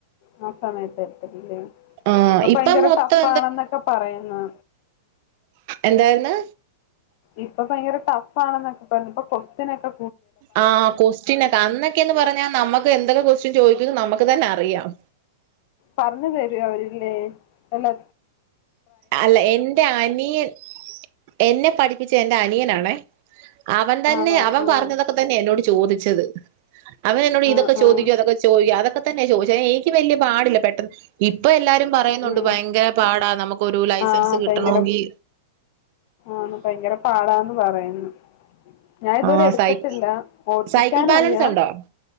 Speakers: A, on the left; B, on the right.
A: ആ സമയത്ത് എടുത്തേക്കണല്ലേ
B: ആ
A: ഇപ്പൊ
B: ഇപ്പം
A: ഭയങ്കര
B: മൊത്തം
A: ടഫ് ആണെന്നൊക്കെ പറയുന്നു
B: എന്തായിരുന്ന്
A: ഇപ്പൊ ഭയങ്കര ടഫ് ആണെന്നൊക്കെ പറഞ്ഞു ഇപ്പൊ കൊസ്റ്റിനൊക്കെ
B: ആഹ് കൊസ്റ്റിനൊക്കെ അന്നൊക്കെന്ന് പറഞ്ഞാ നമ്മുക്ക് എന്തൊക്കെ കൊസ്റ്റൻ ചോദിക്കുന്ന് നമുക്ക് തന്നെ അറിയാം
A: പറഞ്ഞു തരൂ അവരില്ലേ എല്ലാ
B: അല്ല എൻ്റെ അനിയൻ എന്നെ പഠിപ്പിച്ച ന്റെ അനിയൻ ആണേ അവൻ തന്നെ
A: ആണോ
B: അവൻ
A: ആഹ്
B: പറഞ്ഞതൊക്കെ തന്നെ എന്നോട് ചോദി ച്ചത് അവൻ എന്നോട് ഇതൊക്കെ
A: ആഹ്
B: ചോദിക്ക
A: ആഹ്
B: അതൊക്കെ ചോദിക്ക അതൊക്കെ തന്നെ ചോദിച്ചത് എനിക്ക് വലിയ പാടില്ല പെട്ടന്ന് ഇപ്പൊ എല്ലാരും പറയുന്നുണ്ട്
A: ഉം
B: ഭയങ്കര പാടാ നമുക്ക് ഒരു ലൈസൻസ്
A: ആഹ്
B: കിട്ടാനൊഗിൽ
A: ഭയങ്കര ആണ് ഭയങ്കര പാടാന്ന് പറയന്ന് ഞാൻ ഇതുവരെ
B: ആഹ്
A: എടുത്തിട്ടില്ല
B: സൈ
A: ഓട്ടിക്കാൻ
B: സൈക്കിൾ ബാലൻസ്
A: അറിയാം
B: ഉണ്ടോ?